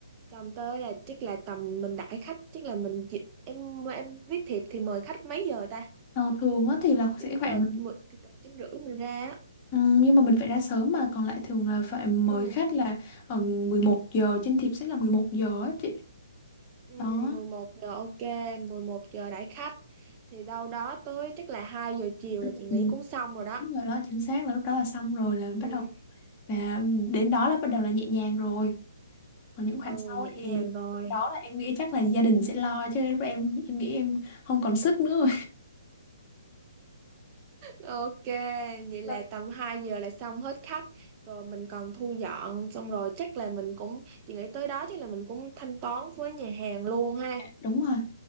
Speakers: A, on the right; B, on the left.
A: xong tới là chắc là tầm mình đãi khách chắc là mình chị- em em viết thiệp thì mời khách mấy giờ ta
B: Ờ, thường á thì là
A: tầm
B: sẽ
A: 9
B: khoảng
A: giờ mười- tầm 9 rưỡi mình ra á.
B: ừ, nhưng mà mình phải ra sớm mà còn lại thường là phải mời
A: ừ,
B: khách là ở 11 giờ trên thiệp sẽ là 11 giờ á chị
A: ừ,
B: đó
A: 11 giờ ok 11 giờ đãi khách thì đâu đó tới chắc là 2 giờ chiều
B: ừ.
A: là chị nghĩ cũng xong rồi đó
B: Đúng rồi đó chính xác là lúc đó là xong rồi là
A: ừ,
B: bắt đầu là đến đó là bắt đầu là nhẹ nhàng rồi còn những
A: ừ
B: khoản sau
A: nhẹ
B: thì
A: nhàng rồi
B: lúc đó là em nghĩ chắc là gia đình sẽ lo chứ lúc em em nghĩ em không còn sức nữa
A: Ok, vậy
B: rồi.
A: là tầm 2 giờ là xong hết khách rồi mình còn thu dọn xong rồi chắc là mình cũng chị nghĩ tới đó chắc là mình cũng thanh toán với nhà hàng luôn ha.
B: <laughs> đúng rồi